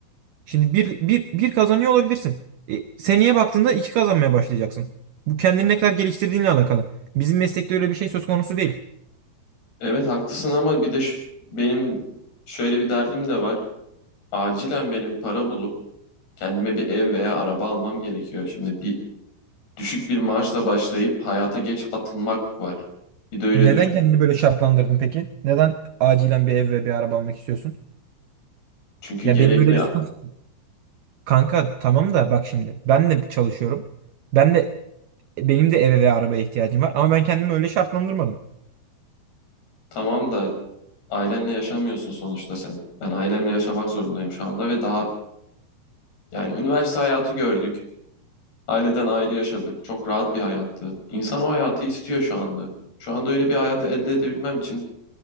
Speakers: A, on the right; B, on the left.
A: Şimdi bir bir, bir kazanıyor olabilirsin. E, seneye baktığında 2 kazanmaya başlayacaksın. Bu kendini ne kadar geliştirdiğinle alakalı. Bizim meslekte öyle bir şey söz konusu değil.
B: Evet haklısın ama bir de ş- benim şöyle bir derdim de var. Acilen benim para bulup kendime bir ev veya araba almam gerekiyor. Şimdi bir düşük bir maaşla başlayıp hayata geç atılmak var. Bir de öyle
A: Neden
B: düşün.
A: kendini böyle şartlandırdın peki? Neden acilen bir ev ve bir araba almak istiyorsun?
B: Çünkü
A: Ya
B: gerekli
A: benim öyle bir sıkıntı. Kanka tamam da bak şimdi ben de çalışıyorum. Ben de Benim de eve ve arabaya ihtiyacım var. Ama ben kendimi öyle şartlandırmadım.
B: tamam da ailenle yaşamıyorsun sonuçta sen. Ben ailemle yaşamak zorundayım şu anda ve daha yani üniversite hayatı gördük. Aileden ayrı yaşadık. Çok rahat bir hayattı. İnsan o hayatı istiyor şu anda. Şu anda öyle bir hayat elde edebilmem için